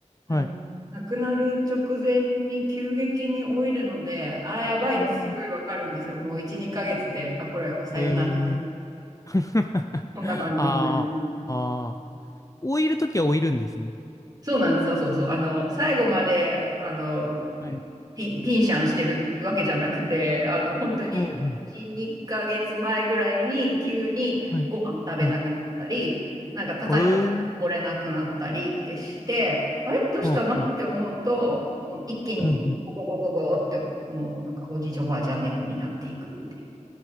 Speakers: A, on the right; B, on the left.
A: あの、
B: はい。
A: 亡くなる直前に急激に老いるので、ああ、やばいってすごいわかるんですよ。
B: あー
A: もう1、2ヶ月で、あ、これ、さよなら。
B: えー。<laughs>
A: そんな感じになる。
B: ああ、ああ。老いるときは老いるんですね。
A: そうなんですよ、そうそう。あの、最後まで、あの、
B: はい。
A: ピン、ピンシャンしてるわけじゃなくて、あの、本当に、
B: うん、うん。
A: 1、2ヶ月前ぐらいに急にご飯食べなくなったり、
B: はい。はい。
A: なんか高いとこ来れなくなったりってして、
B: えー、
A: あれどうしたのって思うと、
B: はあ、はあ。
A: もう一気にゴゴゴゴゴって、
B: うん、うん。
A: もうなんかおじいちゃんおばあちゃん猫になっていくっていう